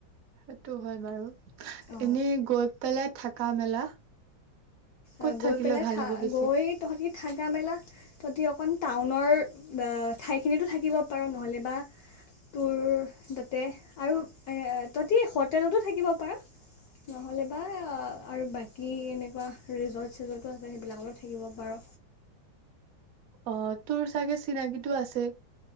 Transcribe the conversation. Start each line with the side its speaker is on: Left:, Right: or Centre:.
Right: সেইটো হয় বাৰু,
Left: অঁ
Right: এনেই গৈ পেলাই থাকা মেলা? ক'ত
Left: আ',
Right: থাকিলে
Left: গৈ পেলাই
Right: ভাল
Left: থা
Right: হ'ব বেছি?
Left: গৈ তহঁতি থাকা মেলা তহঁতি অক অকণ টাউনৰ বা', ঠাইখিনিতো থাকিব পাৰ নহ'লে বা তোৰ তাতে আৰু এ তহঁতি হোটেলতো থাকিব পাৰ নহ'লে বা আৰু বাকী এনেকুৱা ৰিজৰ্ট চিজৰ্টটো আছে, সেইবিলাকতো থাকিব পাৰ
Right: অ তোৰ চাগে চিনাকিটো আছেই?